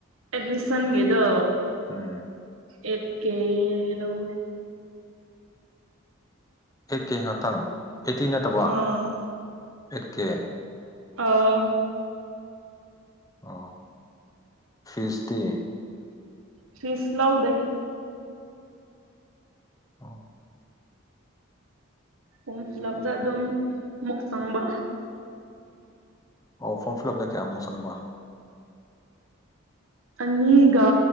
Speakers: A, on the right (about 75°); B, on the left (about 15°).
A: ꯑꯦꯠꯃꯤꯁꯟꯒꯤꯗꯣ
B: ꯎꯝ
A: ꯑꯩꯠ ꯀꯦ ꯂꯧ
B: ꯑꯩꯠ ꯀꯦ ꯉꯥꯇꯪ ꯑꯩꯠꯇꯤ ꯅꯠꯇꯕ
A: ꯑꯥ
B: ꯑꯩꯠ ꯀꯦ
A: ꯑꯥ
B: ꯑ ꯐꯤꯁꯇꯤ
A: ꯐꯤꯁ ꯂꯧꯗꯦ
B: ꯑꯣ
A: ꯐꯣꯔꯝ ꯐꯤꯜꯂꯞꯗ ꯑꯗꯨꯝ ꯃꯨꯛ ꯆꯪꯕ
B: ꯑꯣ ꯐꯣꯔꯝ ꯐꯤꯜꯂꯞꯗ ꯀꯌꯥꯃꯨ ꯆꯪꯕꯥꯥ
A: ꯑꯅꯤꯒ